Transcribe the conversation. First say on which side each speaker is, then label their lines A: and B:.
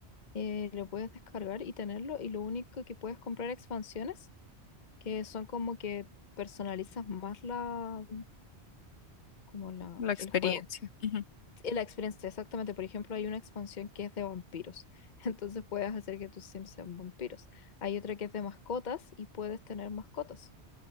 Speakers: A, on the left; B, on the left.
A: eh, lo puedes descargar y tenerlo y lo único que puedes comprar expansiones que son como que personalizas más la, como la,
B: la experiencia.
A: el juego.
B: Ujú.
A: eh, La experiencia, exactamente. Por ejemplo, hay una expansión que es de vampiros. <laughs> Entonces puedes hacer que tus Sims sean vampiros. Hay otra que es de mascotas y puedes tener mascotas.